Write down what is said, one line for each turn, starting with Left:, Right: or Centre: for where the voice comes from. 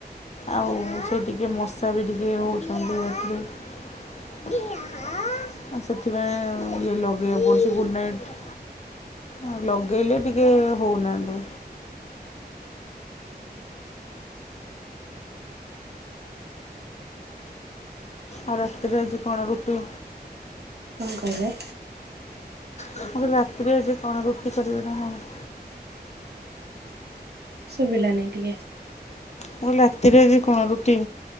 Left: ଆଉ ସେ ଟିକେ ମଶା ବି ଟି କେ ହଉଛନ୍ତି ରାତିରେ। <inaudible> ଆଉ ସେଥିପାଇଁ ଇଏ ଲଗେଇବାକୁ ପଡ଼ୁଛି ଗୁଡ଼୍ ନାଇଟ୍। ଆଉ ଲଗେଇଲେ ଟିକେ ହଉନାହାନ୍ତି।
Right: ହୁଁ-ହୁଁ।
Left: ଆଉ ରାତିରେ ଆଜି କଣ ରୁଟି?
Right: କଣ କହିବେ?
Left: ମୁଁ କହିଲି ରାତିରେ ଆଜି କଣ ରୁଟି କରିବେ ନା କଣ?
Right: ଶୁଭିଲାନି ଟିକେ।
Left: ମୁଁ କହିଲି ରାତିରେ ଆଜି କଣ ରୁଟି